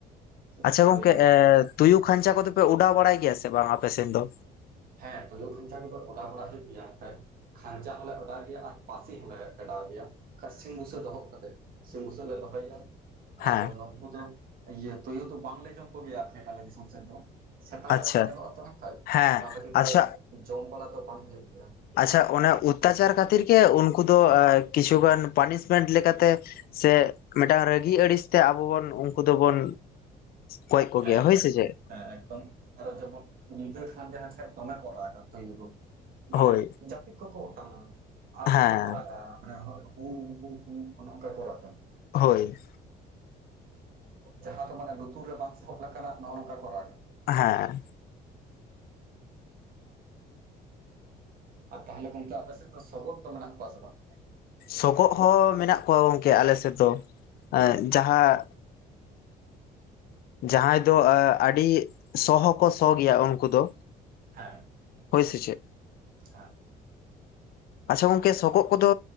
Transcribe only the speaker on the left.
ᱟᱪᱪᱷᱟ
ᱜᱚᱝᱠᱮ
ᱛᱩᱭᱩ ᱠᱷᱟᱧᱪᱟ ᱠᱚᱫᱚᱯᱮ ᱚᱰᱟᱣ ᱵᱟᱲᱟᱭ ᱜᱮᱭᱟ ᱥᱮ ᱵᱟᱝ ᱟᱯᱮ ᱥᱮᱱ ᱫᱚ?
ᱦᱮᱸ
ᱟᱪᱪᱷᱟ
ᱦᱮᱸ
ᱟᱪᱪᱷᱟ
ᱟᱪᱪᱷᱟ ᱚᱱᱮ ᱚᱛᱛᱟᱪᱟᱨ ᱠᱷᱟᱹᱛᱤᱨ ᱜᱮ ᱩᱱᱠᱩ ᱫᱚ ᱠᱤᱪᱷᱩᱜᱟᱱ ᱯᱟᱱᱤᱥᱢᱮᱱᱴ ᱞᱮᱠᱟᱛᱮ ᱥᱮ ᱢᱮᱴᱟᱝ ᱨᱟᱹᱜᱤ ᱟᱹᱲᱤᱥᱛᱮ ᱟᱵᱚ ᱵᱚᱱ ᱩᱱᱠᱩ ᱫᱚᱵᱚᱱ, ᱜᱚᱡᱽ ᱠᱚ
ᱜᱮᱭᱟ
ᱦᱩᱭ ᱥᱮ ᱪᱮᱫ?
ᱦᱳᱭ
ᱦᱮᱸ
ᱦᱳᱭ,
ᱦᱮᱸ,
ᱥᱚᱠᱚᱜ ᱦᱚᱸ ᱢᱮᱱᱟᱜ ᱠᱚᱣᱟ ᱜᱚᱝᱠᱮ ᱟᱞᱮ ᱥᱮᱫ ᱫᱚ, ᱮᱸ ᱡᱟᱦᱟᱸ ᱡᱟᱦᱟᱸᱭ ᱫᱚ ᱟᱹᱰᱤ ᱥᱚ ᱦᱚᱸᱠᱚ ᱥᱚ ᱜᱮᱭᱟ ᱩᱱᱠᱩ ᱫᱚ᱾
ᱦᱳᱭ ᱥᱮ ᱪᱮᱫ
ᱟᱪᱷᱟ ᱜᱚᱝᱠᱮ ᱥᱚᱜᱚᱜ ᱠᱚᱫᱚ